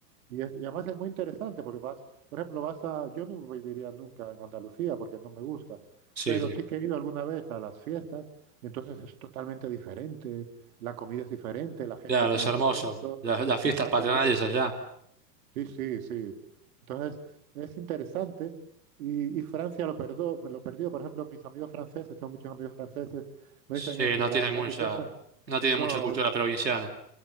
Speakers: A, on the right; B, on the right.
A: Y, es- y además es muy interesante porque vas, por ejemplo, vas a, yo no viviría nunca en Andalucía porque no me gusta,
B: sí,
A: pero
B: sí.
A: sí que he ido alguna vez a las fiestas y entonces es totalmente diferente, la comida es diferente, la gente
B: Claro,
A: tiene
B: es hermoso.
A: otro acento.
B: Las, las fiestas
A: Exactamente.
B: patronales allá,
A: Sí, sí, sí. Entonces es interesante y, y Francia lo perdió, lo perdió. Por ejemplo, mis amigos franceses, tengo muchos amigos franceses, me
B: sí,
A: dicen eso,
B: no
A: la,
B: tienen
A: la
B: mucha,
A: riqueza.
B: no tienen
A: No,
B: mucha cultura provinciana.